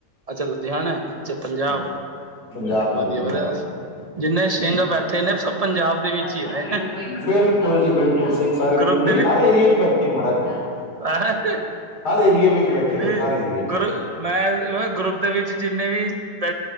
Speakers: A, on the right (about 40°); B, on the left (about 85°).
A: ਅੱਛਾ, ਲੁਧਿਆਣੇ ਵਿੱਚ ਪੰਜਾਬ।
B: ਹਾਂਜੀ, ਪੰਜਾਬ
A: ਹਾਂਜੀ
B: ਤੋਂ ਜੀ ਪੰਜਾਬ
A: ਵਧੀਆ ਬਸ,
B: ਤੋਂ
A: ਜਿੰਨੇ ਸਿੰਘ ਬੈਠੇ ਨੇ ਸਭ ਪੰਜਾਬ ਦੇ ਵਿੱਚ
B: ਵੱਲ
A: ਹੀ
B: ਤਾਂ
A: ਨੇ
B: ਕੋਈ ਨਾ ਕੋਈ ਬਿਲਕੁਲ ਜੀ, ਬਿਲਕੁਲ ਸਿੰਘ ਸਾਰੇ
A: ਗਰੁੱਪ
B: ਨਹੀਂ ਹਰ ਏਰੀਏ ਚ ਬੈਠੇ ਮਹਾਰਾਜ।
A: <unintelligible>
B: ਹਰ ਏਰੀਆ ਵਿੱਚ ਬੈਠੇ
A: ਵਿ
B: ਹੋਏ ਹਰ ਏਰੀਆ 'ਚ
A: ਗਰੁ ਮੈਂ ਨਾ ਗਰੁੱਪ ਦੇ ਵਿੱਚ ਜਿੰਨੇ ਵੀ ਬੈ